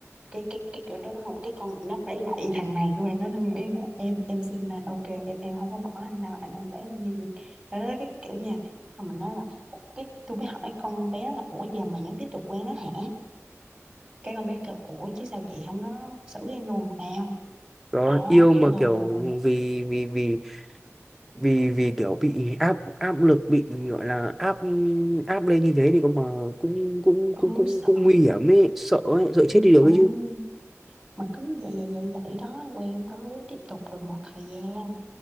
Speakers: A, on the right; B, in the centre.
A: cái cái cái kiểu đó đúng không cái con nó phải lạy thằng này luôn rồi nó năn nghĩ nè em em xin anh ok em em không có bỏ anh đâu anh anh để em đi đó, đó cái kiểu nha xong mình nói là "Ủa, cái tôi mới hỏi con bé là ủa giờ mà vẫn tiếp tục quen nó hả cái con bé kêu ủa chứ sao chị không nó xử em luôn sao
B: đó
A: đó
B: yêu
A: trời
B: mà
A: đất ơi
B: kiểu
A: luôn
B: vì vì vì vì vì kiểu bị áp áp lực bị gọi là áp áp lên như thế thì cơ mà cũng cũng
A: ừ
B: cũng cũng
A: sợ
B: cũng nguy hiểm ấy sợ ấy, sợ chết đi được
A: ừ
B: ấy chứ
A: mà cứ vậy vậy vậy vậy đó quen tới tiếp tục được một thời gian